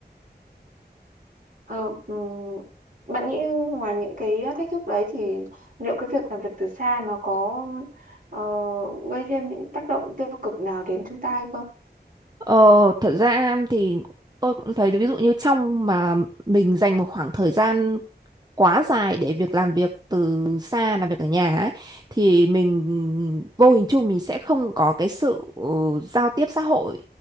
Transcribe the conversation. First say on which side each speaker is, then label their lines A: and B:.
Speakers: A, on the right; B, on the right.
A: Ờ, ừm, bạn nghĩ ngoài những cái thách thức đấy thì liệu cái việc làm việc từ xa nó có ờ, gây thêm những tác động tiêu cực nào đến chúng ta hay không?
B: Ờ, thật ra thì tôi cũng thấy ví dụ như trong mà mình dành một khoảng thời gian quá dài để việc làm việc từ xa, làm việc ở nhà ấy, thì mình vô hình chung mình sẽ không có cái sự ừ, giao tiếp xã hội